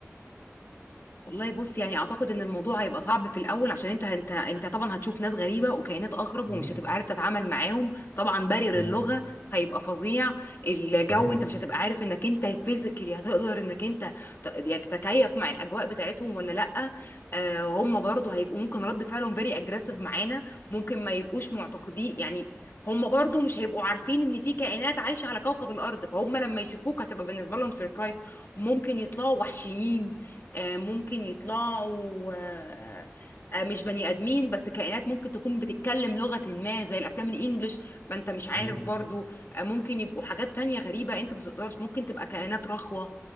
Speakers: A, on the left; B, on the left.
A: والله بص يعني اعتقد ان الموضوع هيبقى صعب في الاول عشان انت انت انت طبعا هتشوف ناس غريبه وكائنات اغرب
B: امم
A: ومش هتبقى عارف تتعامل معاهم طبعا بارير
B: تمام
A: اللغه هيبقى فظيع الجو
B: صحيح
A: انت مش هتبقى عارف انك انت فيزيكالي هتقدر انك انت ت- يعني تتكيف مع الاجواء بتاعتهم ولا لا آه هم برضو هيبقوا ممكن رد فعلهم فيري اجريسيف معانا ممكن ما يبقوش معتقدين يعني هم برضو مش هيبقوا عارفين ان في كائنات عايشه على كوكب الارض فهم لما يشوفوك هتبقى بالنسبه لهم سيربرايز ممكن يطلعوا وحشيين آه، ممكن يطلعوا آه، آه، مش بني ادمين بس كائنات ممكن تكون بتتكلم لغة ما زي الافلام الانجليش ما انت مش عارف
B: امم
A: برضو آه، ممكن يبقوا حاجات تانية غريبة انت ما تقدرش ممكن تبقى كائنات رخوة